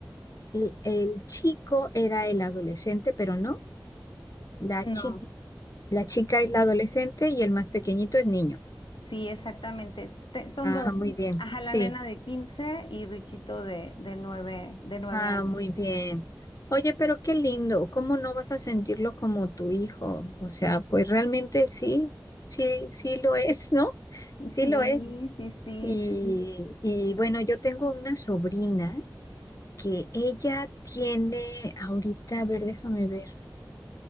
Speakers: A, on the left; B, on the left.
A: el, el chico era el adolescente, pero no. La
B: No,
A: chi, la chica es la adolescente y el más pequeñito es niño.
B: sí, exactamente. es- te- son
A: Ah,
B: dos.
A: muy bien.
B: Ajá, la
A: Sí.
B: nena de 15 y Richito de, de nueve, de nueve
A: Ah,
B: años.
A: muy bien. Oye, pero qué lindo, ¿cómo no vas a sentirlo como tu hijo? O sea, pues realmente sí, sí, sí lo es, ¿no? Sí
B: Sí,
A: lo es.
B: sí, sí.
A: Y, y bueno, yo tengo una sobrina que ella tiene ahorita, a ver, déjame ver,